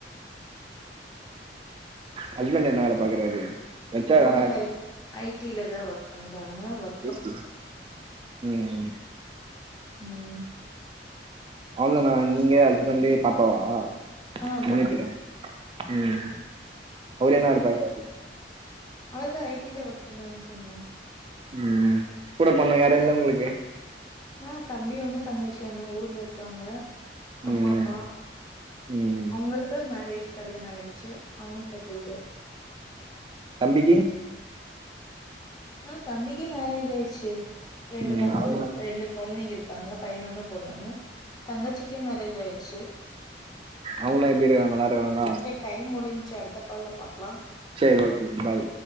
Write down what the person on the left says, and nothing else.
அவரா
ஐ ஐ டி ல தா ஒர்க் பண்றாங்க ஒர்
ம் ம்
ஆ
தம்பி
அவர் தா ஐ டி ல ஒர்க் பண்ணறாருன் சொன்னே
ஆ தம்பி ஒன்னு தங்கச்சி ஒன்னு ஊர்ல இருக்காங்க அம்மா
அப்பா
அவுங்களுக்கு மேரேஜ் கல்யாணோ ஆயிடுச்சு அவங்க செட்டில்டு
ஆ தம்பிக்கு மேரேஜ் ஆய்ருச்சு ரெண்டு
பசங்க
இருக் ரெண்டு கொழந்தைங்க இருக்காங்க பையனு ஒன்னு பொண்ணு ஒன்னு தங்கச்சிசக்கு மேரேஜ் ஆயிர்ச்சு
டைம் முடிஞ்சு அடுத்த கால்ல பாக்கலா